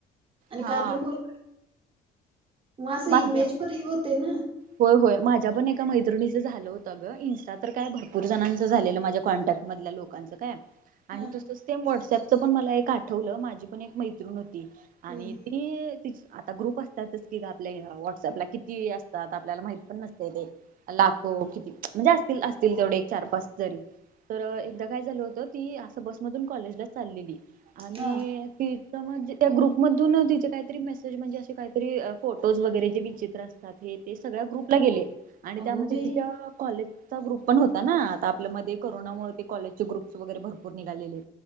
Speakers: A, on the right; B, on the right.
A: आणि
B: हा
A: काय पण बोल. मगं
B: माझ्या
A: इमेजवर होते ना.
B: होय होय माझ्या पण एका मैत्रिणीचं झालं होतं गं इन्स्टा तर काय भरपूर जणांचं झालेलं माझ्या कॉन्टॅक्ट. मधल्या लोकांचं काय. आणि
A: हा
B: तसंच ते व्हॉट्सअपच पण मला एक आठवलं माझी पण एक मैत्रिण होती. आणि
A: हम्म,
B: ते त आता ग्रुप असतात. आपल्या व्हॉट्सअपला किती असतात आपल्याला माहीत पण नसते ते. लाखो किती म्हणजे असतील असतील तेवढे एक चार पाच जरी. तर एकदा काय झालं होतं ती असं बसमधून कॉलेजला चाललेली. आणि
A: हा
B: तिच म्हणजे त्या ग्रुपमधून तिचे काहीतरी मेसेज म्हणजे असे काहीतरी. फोटोज वगैरे जे विचित्र असतात हे ते सगळ्या ग्रुपला गेले. आणि
A: अगो
B: त्यामध्ये
A: बाई
B: तिच्या कॉलेजचा ग्रुप पण होता. आता आपल्या म कोरोनामुळे ते कॉलेज चे ग्रुप्स वगैरे भरपूर निघालेले